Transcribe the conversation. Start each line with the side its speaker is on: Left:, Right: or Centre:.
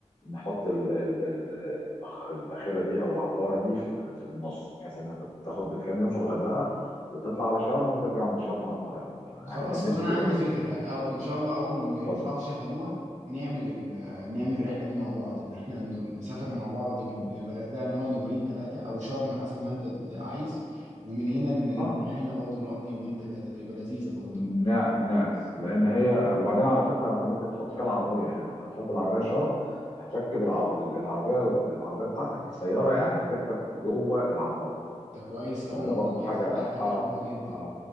Left: نحط ال- ال- ال- البخ- الباخره دي او العباره دي في ال- في النص بحيث ان انت تاخد الكام يوم في الغردقه وتطلع على شرم وترجع من شرم على القاهره يعني
Right: خلاص
Left: كان نفسي
Right: طب انا
Left: تبقى
Right: عندي
Left: كده
Right: فكره او ان شاء الله اول لما يرجعوا
Left: اتفضل
Right: يشغلوها نعمل ال... نعمل الرحله دي مع بعض ان احنا ن- نسافر مع بعض من الغردقه نقعد يومين ثلاثه او شرم حسب ما انت عايز ومن هنا ن-
Left: اه
Right: نروح هنا برضو نقضي يومين ثلاثه تبقى لذيذه برضو
Left: نا- ناكس لان هي وبعدين على فكره انت ممكن تحط فيها العربيه يعني انت هتروح بالعربيه شرم هتركب العب... العربيه العربيه بتاعتك السياره يعني هتركب جوه العباره
Right: ده كويس اول
Left: فده
Right: الموضوع
Left: برضو
Right: ده
Left: حاجه
Right: تصدق حاجه
Left: اه
Right: حلوه جدا
Left: اه